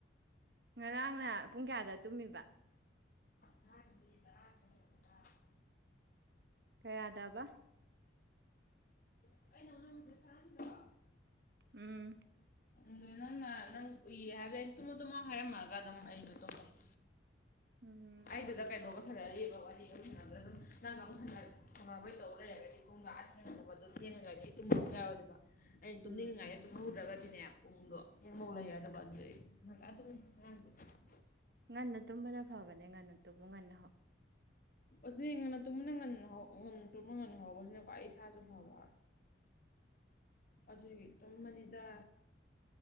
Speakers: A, on the right; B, on the left.
A: ꯉꯔꯥꯡꯅ ꯄꯨꯡ ꯀꯌꯥꯗ ꯇꯨꯝꯃꯤꯕ
B: ꯉꯔꯥꯡꯗꯤ ꯇꯔꯥꯗ <unintelligible> ꯇꯔꯥꯗ
A: ꯀꯌꯥꯗꯕ
B: ꯑꯩꯅ ꯅꯉ‌ꫭꯟꯗ ꯃ‌ꯦꯁ‌ꯦꯁ ꯊꯥꯔꯝꯗ꯭ꯔ‌ꫭ
A: ꯎꯝ
B: ꯑꯗꯣ ꯅꯪꯅ ꯅꯪ ꯎꯏꯌꯦ ꯍꯥꯏꯕꯗ ꯑꯩ ꯇꯨꯝꯃꯣ ꯇꯨꯝꯃꯣ ꯍꯥꯏꯔꯝ‌ꯃꯒ ꯑꯗꯨꯝ ꯑꯩꯖꯨ ꯇꯨꯒ‌꯭ꯔ‌ꯦ
A: ꯎꯝ
B: ꯑꯩꯗꯨꯗ ꯀꯩꯅꯣꯒ ꯁꯥꯟꯅꯔꯤꯕꯑꯕ ꯋꯥꯔꯤ ꯑꯃ ꯁꯥꯟꯅꯕꯗ ꯑꯗꯨꯝ ꯅꯪꯒ ꯑꯃꯨꯛ ꯁꯥꯟꯅꯕꯩ ꯇꯧ ꯂꯩꯔꯒꯗꯤ ꯄꯨꯡꯗꫭ ꯑꯥ ꯊꯦꯡꯆꯗꯕ ꯑꯗꯨ ꯊꯦꯡꯉꯒꯗꯤ ꯇꯨꯝꯕ ꯑꯃꯨꯛ ꯌꯥꯔꫭꯏꯗꫭꯏꯕ ꯑꯩꯅ ꯇꯨꯝꯅꯤꯡꯉꯥꯏꯗ
A: ꯎꯝ
B: ꯇꯨꯝꯍꯧꯗ꯭ꯔꯒꯗꯤꯅꯦ ꯄꯨꯡꯗꯣ ꯊꯦꯡꯕꯧ ꯂꯩꯔꯗꯧꯕꯩ ꯑꯗꯨꯏ ꯍꯪ ꯑꯗꯨꯝ ꯍ <unintelligible>
A: ꯉꯟꯅ ꯇꯨꯝꯕꯅ ꯐꯕꯅꯦ ꯉꯟꯅ ꯇꯨꯝꯃꯨ ꯉꯟꯅ ꯍꯥꯎ
B: ꯑꯁꯤ ꯉꯟꯅ ꯇꯨꯝꯟꯅ ꯉꯟꯅ ꯉꯟꯅ ꯇꯨꯝꯅ ꯉꯟꯅ ꯍꯧꯕꯁꯤꯅꯀ꯭ꯋꯥ ꯑꯩ ꯏꯁꯥꯁꯨ ꯐꯕ ꯑꯗꯨꯒꯤ ꯇꯨꯝꯕꯅꯤꯗ